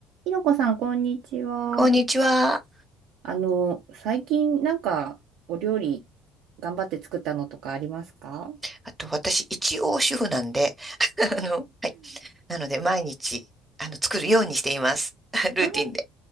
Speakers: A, on the right (about 70°); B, on the right (about 15°).
A: ひろこさん、こんにちは。
B: こんにちは。
A: あの、最近なんかお料理頑張って作ったのとかありますか <laughs>
B: あと、私、一応主婦なんで、<laughs> あの、はい。なので、毎日、あの、作るようにしています。<laughs> ルーティンで。
A: ああ、